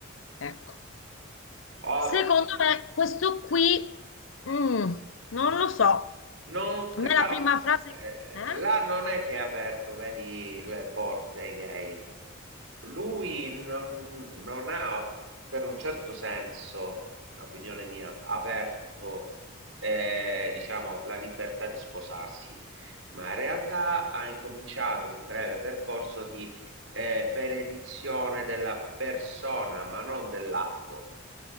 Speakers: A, on the left (about 70°); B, on the right (about 65°).
A: ecco,
B: Oh,
A: secondo me questo qui, mm, non lo so, a
B: Non, cre-
A: me
B: no,
A: la prima frase...
B: eh,
A: Eh?
B: là non è che ha aperto, vedi, le porte ai gay. Lui non, non ha, per un certo senso, opinione mia, aperto, eh, diciamo, la libertà di sposarsi, ma in realtà ha incominciato un breve percorso di, eh, benedizione della persona, ma non dell'atto.